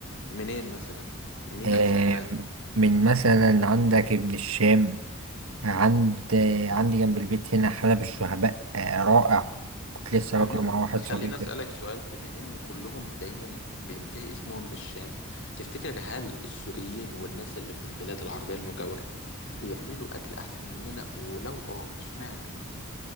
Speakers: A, on the left; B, on the right.
A: منين مثلا مين
B: آم،
A: أحسن م-
B: من مثلا عندك ابن الشام عند
A: م-
B: عندي جنب البيت هنا حلب الشهباء آه، رائع كنت لسه
A: م-
B: باكله مع واحد
A: خليني
B: صديقي
A: أسألك سؤال بما إن كلهم دايما بينتهي اسمهم بالشام تفتكر هل السوريين والناس اللي في البلاد العربية المجاورة بيعملوا أكل أحسن مننا ولو آه إشمعنى